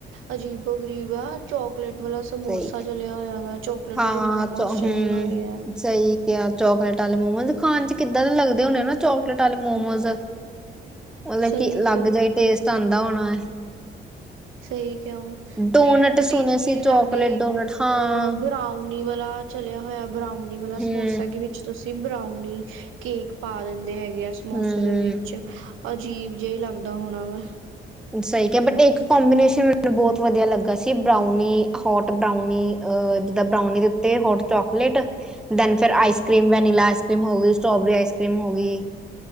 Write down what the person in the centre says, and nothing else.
ਸਹੀ ਕਿਹਾ
ਹਾਂ
ਹੂੰ
ਸਹੀ ਕਿਹਾ ਆ ਚੋਕਲੇਟ ਵਾਲੇ ਮੋਮੋਜ਼ ਖਾਣ ਚ ਕਿੱਦਾਂ ਦੇ ਲੱਗਦੇ ਹੋਣੇ ਨਾ ਚੋਕਲੇਟ ਵਾਲੇ ਮੋਮੋਜ਼। ਮਤਲਬ
ਕੀ ਅਲੱਗ
ਜਿਹਾ ਹੀ ਟੇਸਟ ਆਦਾ ਹੋਣਾ ਐ।
ਡੋਨਟ
ਸੁਣੇ
ਸੀ
ਚੋਕਲੇਟ
ਡੋਨਟ ਹਾਂ
ਹੂੰ
ਹੂੰ
ਸਹੀ ਕਿਹਾ ਬਟ ਇੱਕ ਕੋਂਬੀਨੇਸ਼ਨ ਮੈਨੂੰ ਬਹੁਤ ਵਧੀਆ ਲੱਗਾ ਸੀ ਬਰਾਉਨੀ ਹੋਟ ਬਰਾਉਨੀ। ਅ ਜਿੱਦਾਂ ਬਰਾਉਨੀ ਦੇ ਉੱਤੇ ਹੋਟ ਚੋਕਲੇਟ। ਦੈਨ ਫਿਰ ice cream, vanilla ice cream ਹੋਗੀ, ਸਟ੍ਰੋਬੇਰੀ ਆਈਸ ਕਰ੍ਰੀਮ ਹੋ ਗਈ।